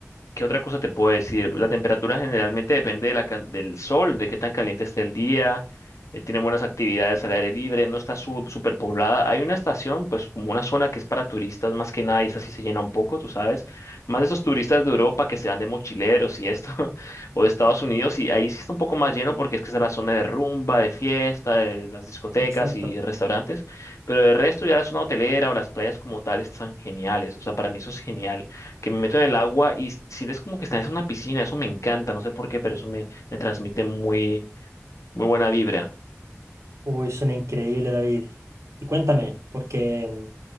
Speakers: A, on the left (about 70°); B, on the right (about 70°).
A: ¿Qué otra cosa te puedo decir? La temperatura generalmente depende de la can- del sol, de qué tan caliente esté el día. eh, tiene buenas actividades al aire libre, no está súper poblada. Hay una estación, pues como una zona que es para turistas más que nada, y esa sí se llena un poco, tú sabes. Más esos turistas de Europa que se van de mochileros y esto, <laughs> o de Estados Unidos, y ahí sí está un poco más lleno porque es que esa es la zona de rumba, de fiesta, de las discotecas
B: Exacto.
A: y restaurantes. Pero el resto ya la zona hotelera o las playas como tal están geniales. O sea, para mí eso es genial que me meto en el agua y sientes como que estás en una piscina, eso me encanta, no sé por qué, pero eso me, me transmite muy, muy buena vibra.
B: Uy, suena increíble, David. Y cuéntame, porque mm,